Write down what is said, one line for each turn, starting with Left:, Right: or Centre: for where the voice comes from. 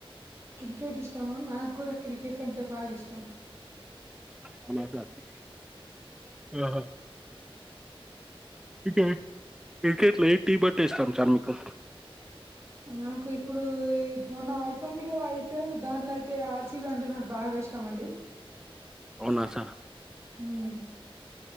Right: క్రికెట్ ఇష్టమ నాకు కూడా క్రికెట్ అంటే బాగా ఇష్టం.
Centre: అవునా కార్తీక్ ఆహా క్రికెట్ క్రికెట్ల ఏం టీం అంటే ఇష్టం సార్ మీకు
Right: నాకు ఇప్పుడు మొన్న అయిపోయింది. కదా ఐపీఎల్ దాంట్లో అయితే ఆర్సిబి అంటే నాకు బాగా ఇష్టంమండి.
Centre: అవునా సార్
Right: ఉమ్